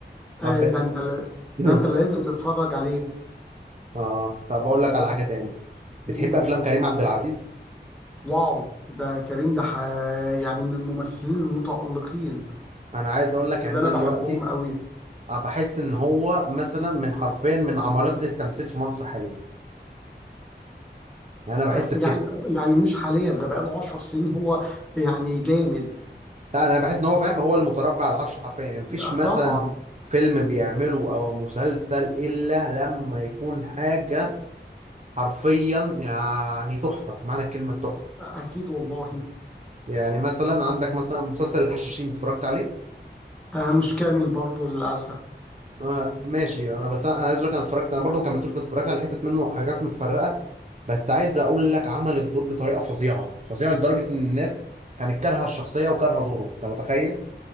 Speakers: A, on the right (about 40°); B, in the centre.
A: طب
B: آه،
A: بت...
B: ده انت لا-
A: <clears throat>
B: ده انت لازم
A: <laughs>
B: تتفرج عليه
A: اه طب اقول لك على حاجه تاني
B: قول
A: بتحب افلام كريم عبد العزيز
B: واو ده كريم ده ح... يعني من الممثلين المتألقين
A: انا عايز اقول لك
B: اللي
A: ان انا
B: انا
A: دلوقتي
B: بحبهم قوي
A: آه، بحس ان هو مثلا من حرفيا من عمالقه التمثيل في مصر حاليا يعني انا بحس
B: يعني
A: بكده
B: يعني مش حاليا ده بقاله 10 سنين هو يعني جامد
A: لا انا بحس ان هو فاهم هو المتربع على العرش حرفيا يعني مفيش
B: آه،
A: مثلا
B: طبعا
A: فيلم بيعمله او مسلسل الا لما يكون حاجه حرفيا يعني تحفه معنى كلمه تحفه
B: آه، اكيد والله
A: يعني مثلا عندك مثلا مسلسل الحشاشين اتفرجت عليه
B: آه، مش كامل برضه للاسف
A: آه ماشي انا بس انا أنا عايز اقول لك انا اتفرجت انا برضه ما كملتوش بس اتفرجت على حتت منه حاجات متفرقه بس عايز اقول لك عمل الدور بطريقه فظيعه فظيعه لدرجه ان الناس كانت كارهه الشخصيه وكارهه دوره انت متخيل